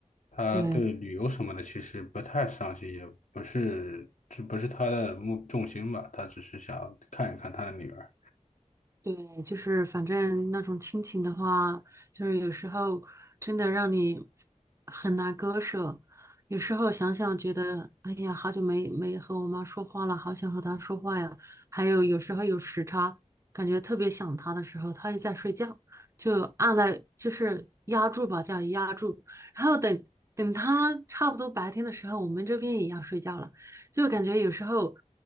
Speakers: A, on the left; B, on the right.
A: 她对旅游什么的其实不太上心，
B: 对。
A: 也不是这不是她的目重心吧，她只是想看一看她的女儿。
B: 对，就是反正那种亲情的话，就是有时候真的让你很难割舍。有时候想想觉得，哎呀，好久没没和我妈说话了，好想和她说话呀。还有有时候有时差，感觉特别想她的时候，她又在睡觉，就按了就是压住吧，叫压住。然后等等她差不多白天的时候，我们这边也要睡觉了，就感觉有时候，